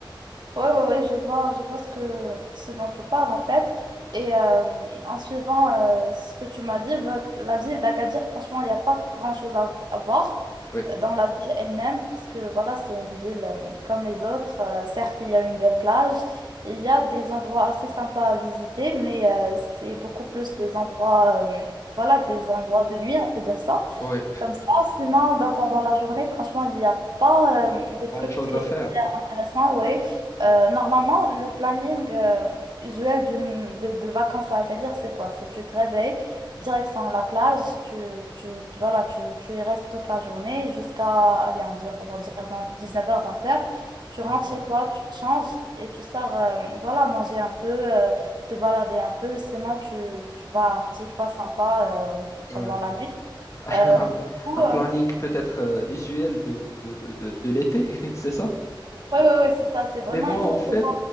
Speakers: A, on the right (about 60°); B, on the left (about 40°).
A: Ouais, ouais, ouais, je vois, je vois ce que, ce dont tu parles en fait. Et euh, en suivant euh, ce que tu m'as dit, bah, la ville d'Agadir, franchement, il n'y a pas grand-chose à, à voir
B: Oui,
A: euh, dans la ville elle-même parce que voilà, c'est une ville euh, comme les autres. Euh, certes, il y a une belle plage, il y a des endroits assez sympas à visiter, mais euh, c'est beaucoup plus les endroits, euh, voilà, des endroits de nuit, on peut dire ça.
B: oui,
A: Comme ça, sinon, bah, pendant la journée, franchement, il n'y a pas euh, des trucs
B: grande chose à faire.
A: Intéressant, oui. Euh,
B: Oui.
A: normalement, le planning euh, usuel d'une, de, de vacances à Agadir, c'est quoi? C'est tu te réveilles, direction la plage, tu, tu, tu- voilà, tu, tu y restes toute la journée jusqu'à, allez, on dire, on va dire 19h, 20h. Tu
B: Mhm.
A: rentres chez toi, tu te changes et tu sors, euh, voilà, manger un peu, euh, te balader un peu. Sinon, tu, tu vas à un petit foie sympa euh,
B: Ouais.
A: pendant la nuit.
B: <laughs>
A: Euh,
B: Un, p-
A: du coup,
B: un planning
A: oui,
B: peut-être euh, usuel de, de, de, de, de l'été, <laughs> c'est ça?
A: oui, oui, c'est ça. C'est vraiment
B: Mais moi,
A: exactement
B: en fait,